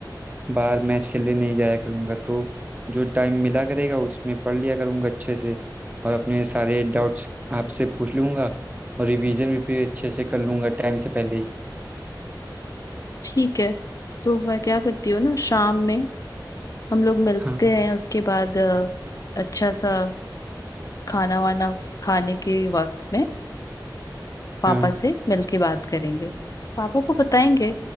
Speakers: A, on the right (about 20°); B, on the left (about 45°).
A: बाहर मैच खेलने नहीं जाया करूंगा तो जो टाइम मिला करेगा उसमें पढ़ लिया करूंगा अच्छे से और अपने सारे डाउट्स आपसे पूछ लूंगा और रिवीजन भी फिर अच्छे से कर लूंगा टाइम से पहले ही
B: ठीक है तो मैं क्या करती हूँ ना शाम में हम लोग मिलते
A: हाँ
B: हैं उसके बाद अ, अच्छा सा खाना वाना खाने के वक्त में पापा
A: हाँ
B: से मिलके बात करेंगे पापा को बताएंगे